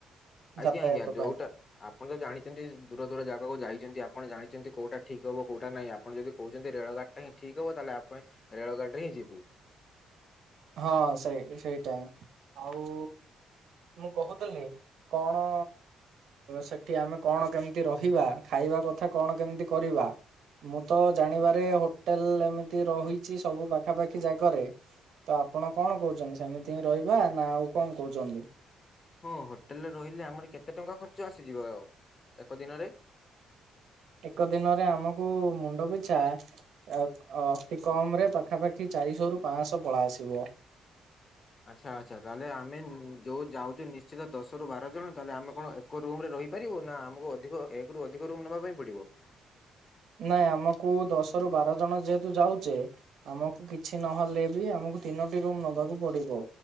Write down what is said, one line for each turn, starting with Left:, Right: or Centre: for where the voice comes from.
Right: ଯାତାୟାତ
Left: ଆଜ୍ଞା ଆଜ୍ଞା ଯୋଉଟା
Right: ପାଇଁ
Left: ଆପଣ ତ ଜାଣିଛନ୍ତି, ଦୂର ଦୂର ଜାଗାକୁ ଯାଇଛନ୍ତି, ଆପଣ ଜାଣିଛନ୍ତି କୋଉଟା ଠିକ୍ ଠିକ ହବ କୋଉଟା ନାହିଁ। ଆପଣ ଯଦି କହୁଛନ୍ତି ରେଳ ଗାଡିଟା ହିଁ ଠିକ ହବ ତାହେଲେ <unintelligible> ରେଳଗାଡ଼ି ରେ ହିଁ ଯିବୁ।
Right: ହଁ ସେଇ ସେଇଟା ଆଉ ମୁଁ କହୁଥିଲି କଣ ସେଠି ଆମେ କଣ କେମିତି ରହିବା, ଖାଇବା କଥା କଣ କେମିତି କରିବା? ମୁଁ ତ ଜାଣିବାରେ ହୋଟେଲ ଏମିତି ରହିଛି ସବୁ ପାଖାପାଖି ଜାଗ ରେ। ତ ଆପଣ କଣ କହୁଛନ୍ତି ସେମିତି ହିଁ ରହିବା ନା ଆଉ କଣ କହୁଛନ୍ତି?
Left: ହଁ ହୋଟେଲରେ ରହିଲେ ଆମର କେତେ ଟଙ୍କା ଖର୍ଚ୍ଚ ଆସିଯିବ ଆଉ ଏକ ଦିନରେ?
Right: ଏକ ଦିନରେ ଆମକୁ ମୁଣ୍ଡ ପିଛା ଏ ଅତି କମ ରେ ପାଖାପାଖି ଚାରିଶହ ରୁ ପାଞ୍ଚଶହ ପଳା ଆସିବ।
Left: ଆଚ୍ଛା ଆଚ୍ଛା। ତାହେଲେ ଆମେ ଉ ଯୋଉ ଯାଉଛୁ ନିଶ୍ଚିତ ଦଶ ରୁ ବାର ଜଣ ତାହେଲେ ଆମେ କଣ ଏ ଏକ ରୁମ ରେ ରହିପାରିବୁ ନା ଆମକୁ ଅଧିକ ଏକ ରୁ ଅଧିକ ରୁମ ନବା ପାଇଁ ପଡିବ?
Right: ନାଇଁ ଆମକୁ ଦଶ ରୁ ବାର ଜଣ ଯେହେତୁ ଯାଉଛେ ଆମକୁ କିଛି ନହେଲେ ବି ଆମକୁ ତିନୋଟି ରୁମ ନବାକୁ ପଡ଼ିବ।